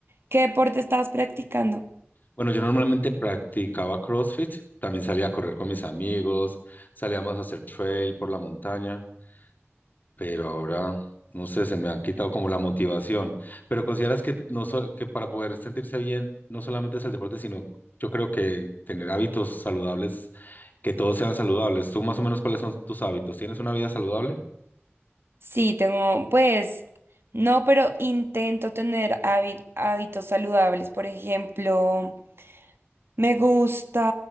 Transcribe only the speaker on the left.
Bueno, yo normalmente practicaba CrossFit, también salía a correr con mis amigos, salíamos a hacer trail por la montaña, pero ahora, no sé, se me han quitado como la motivación. Pero consideras que, no so- que para poder sentirse bien, no solamente es el deporte, sino yo creo que tener hábitos saludables, que todos sean saludables. ¿Tú más o menos cuáles son tus hábitos? ¿Tienes una vida saludable?